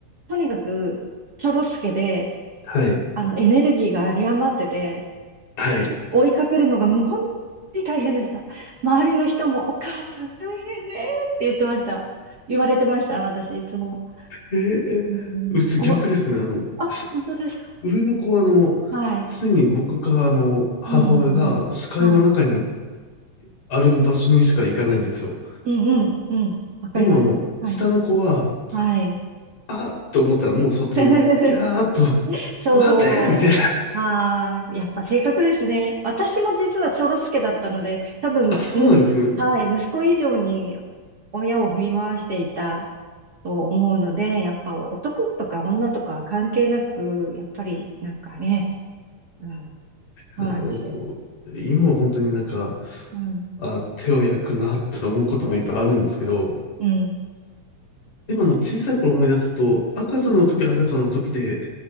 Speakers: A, on the right; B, on the left.
A: とにかく、チョロ助で、
B: はい。
A: あの、エネルギーが有り余ってて、
B: はい。
A: き追いかけるのがもう本当に大変でした。周りの人もお母さん大変ねって言ってました。言われてました、私、いつも。
B: えー、
A: うん、
B: うち逆ですね。
A: お、
B: あの、
A: あ、
B: し
A: 本当ですか。
B: 上の子はあの、
A: はい。
B: 常に僕かあの、母親が視界の中に
A: うん、うん、うん。はい。
B: ある場所にしか行かないんですよ。
A: うん、うん、うん。わかります。
B: でもあの、
A: はい。
B: 下の子は、
A: はい。
B: あっと思ったらもうそっちに、
A: <laughs>
B: やーっと、
A: そう。
B: 待てーみたい
A: はい。やっぱ性格ですね。私も実はちょろすけだったので、多分、
B: あ、そうなんですね。
A: む、はい。息子以上に親を振り回していたと思うので、やっぱ男とか女とかは関係なく、やっぱりなんかね、うん、そうなんですよ。
B: あの、こう、今は本当になんか、
A: うん、
B: あ、手を焼くなって思うこともいっぱいあるんですけど、
A: うん、
B: でもあの、小さい頃思い出すと、赤ちゃんの時は赤ちゃんの時で
A: はい、